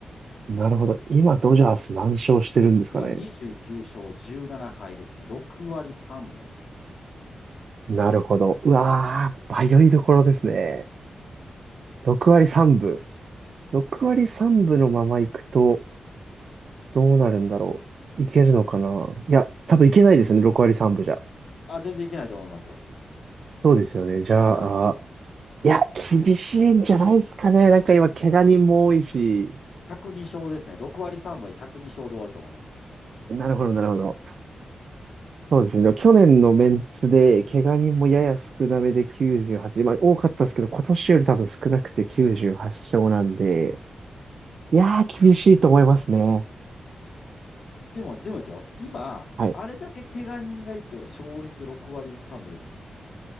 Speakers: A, on the right; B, on the left.
A: なるほど。今、ドジャース何勝してるんですかね。
B: 今、29勝17敗ですね。6割3分ですね。
A: なるほど。うわー、迷いどころですね。6割3分。6割3分のまま行くと、どうなるんだろう。いけるのかないや、多分いけないですね。6割3分じゃ。
B: あ、全然いけないと思いますよ。
A: そうですよね。じゃあ、
B: はい。
A: いや、厳しいんじゃないですかね。なんか今、怪我人も多いし。
B: 102勝ですね。6割3分で102勝で終わると思います。
A: なるほど、なるほど。そうですね。去年のメンツで、怪我人もやや少なめで98、まあ多かったですけど、今年より多分少なくて98勝なんで、いやー、厳しいと思いますね。
B: でも、でもですよ。今、
A: はい。
B: あれだけ怪我人がいて、勝率6割3分ですよ。